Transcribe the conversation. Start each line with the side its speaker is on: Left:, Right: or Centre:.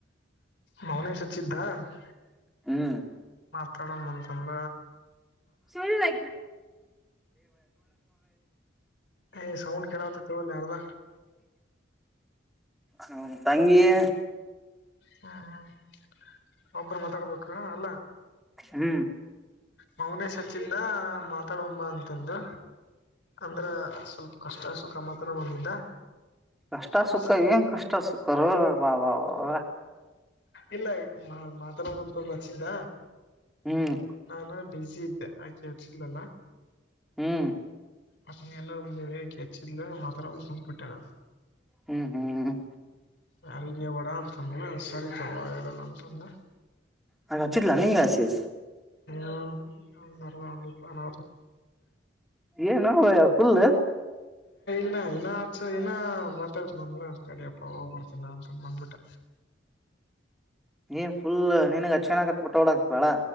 Left: ಮೌನೇಷಚ್ಚಿದ್ದ <inaudible>
Centre: ಹ್ಮ್
Left: ತ್ತಡ ಬಂತಂದ
Centre: ಸಳ್ಳ
Left: ಹ ಸೌಂಡ್ ಡ ಕೆಡಾ ತ್ತಡ ಲಾಣದ
Centre: ಹ್ಮ ತಂಗಿಯ
Left: ಹ್ಮ್್ಮ ಒಬ್ಬರು ಮಾತಾಡ್ಬೇಕು ಅಲ್ಲ
Centre: ಹ್ಮ್
Left: ಮೌನೇಶ್ ಹಚ್ಚಿದ್ದ ಮಾತಾಡಂಬ ಅಂತಂದು ಅಂದ್ರ ಸ್ವಲ್ಪ ಕಷ್ಟಸಕ ಮಾತ್ರ ಬಂದಿದ್ದ
Centre: ಕಷ್ಟ
Left: ಅದ್ರ
Centre: ಸುಖ
Left: ಸಲ
Centre: ಏನ್ ಕಷ್ಟ ಸುಖ ರ ಬಾ ಬಾ ಬ
Left: ಇಲ್ಲ ಮಾತಲ್ಲ ಮಲ್ಪಂದು ಹಚ್ಚಿದ್ದ
Centre: ಹ್ಮ್
Left: ನಾನು ಬಿಜಿ ಇದ್ದೆ ಆ ಕೇಳ್ಸಿಲ್ಲಲ್ಲ
Centre: ಹ್ಮ್
Left: ಅ ಎಲ್ಲರ ಒಂದೆ ಹೆಚ್ಚಿಲ್ಲ ಮಾತ್ರ ಕುಂಟಿಬಿತ್ತಲ್ಲ ಡಬಿಟ್ಟ
Centre: ಹ್ಮ್ ಹ್ಮ್
Left: ಯಾರಿಗೆ ಬಡ ಅಂತ ಸರಿತವಾ ಹೇಳಲ್ಲ ಂದ <inaudible>
Centre: ಹಾಗ ಹಚ್ಚಟ್ಲ ನೀಂಗ ಹಚಿ
Left: ಹ ಅದ ಅನವ
Centre: ಏನ ನವಯ ಫುಲ್
Left: ಇನ ಇನ್ನ ಆ ಇನ್ನ ಮಾತಾಡ್ತ ನ ಅಡಪ್ಪ ಹೋಗ್ಬರ್ತನ ಅಂತ ಬಂದಬಿಟ್ಟ
Centre: ಏ ಫುಲ್ ನನ್ಗ ಅಕ್ಷಿಣ ಆಕತ್ ಪಟವಾಡ ಹಾಕ್ತಿವಾಾಳ